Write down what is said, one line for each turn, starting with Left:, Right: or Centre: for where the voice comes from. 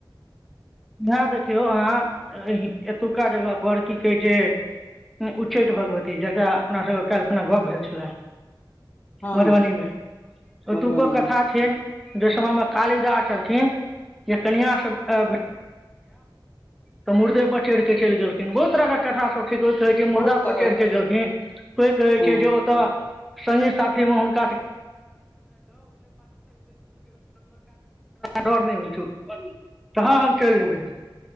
Centre: ह देखियौ अहाँ एतुक्का जगह पर की कहै छै उच्चैठ भगवती जकरा अपनासभके काल्हि खुना गप्प भेल छला
Left: हँ
Centre: मधुबनी
Left: हँ
Centre: मे
Left: मधुबनी
Centre: ओतूको
Left: मे
Centre: कथा छै जे समयमे कालिदास छलखिन जे कनिआ से जायब तऽ मुर्देपर चढ़ि कऽ चलि गेलखिन बहुत तरहके कथास सभ कोइ कहै छै मुर्दा
Left: बहुत
Centre: पर
Left: तरहक
Centre: चढ़ि क
Left: छै
Centre: गेलखिन कोई कहै
Left: हँ
Centre: छै जे ओतऽ संगी साथी में हुनका डर नहि होइ छौ कहाँ हम चलि जेबै